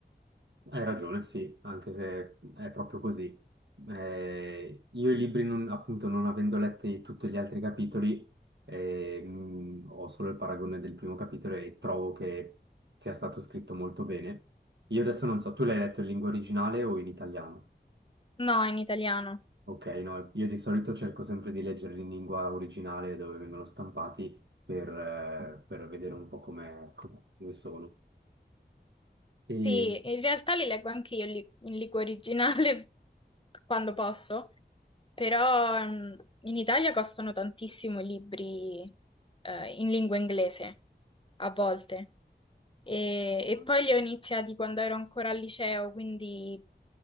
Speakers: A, on the right; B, on the left.
A: Hai ragione, sì, anche se è proprio così. Eh, io i libri, non- appunto, non avendo letti tutti gli altri capitoli, eh, mh, ho solo il paragone del primo capitolo e trovo che sia stato scritto molto bene. Io adesso non so, tu l'hai letto in lingua originale o in italiano?
B: No, in italiano.
A: Ok, no, io di solito cerco sempre di leggerli in lingua originale dove vengono stampati per, eh, per vedere un po' come, come sono. E
B: Sì, in realtà li leggo anche io li- in lingua originale <laughs> quando posso, però ehm, in Italia costano tantissimo i libri eh, in lingua inglese, a volte. E, e poi li ho iniziati quando ero ancora al liceo, quindi